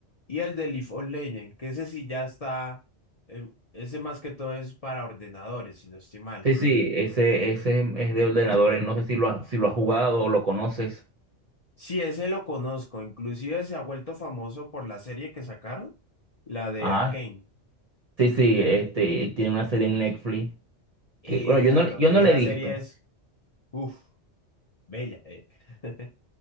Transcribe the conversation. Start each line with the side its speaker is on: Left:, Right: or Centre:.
Left: Y el de League of Legends, que ese sí ya está, eh, ese más que todo es para ordenadores, si no estoy mal.
Right: Sí, sí, ese, ese es de ordenadores, no sé si lo has, si lo has jugado o lo conoces.
Left: Sí, ese lo conozco, inclusive se ha vuelto famoso por la serie que sacaron, la de
Right: Ajá.
Left: Arcane.
Right: Sí, sí, este, tiene una serie en Netflix.
Left: Exacto,
Right: Que, bueno, yo no, yo
Left: que
Right: no
Left: esa
Right: la he visto.
Left: serie es, uff, bella. eh. <laughs>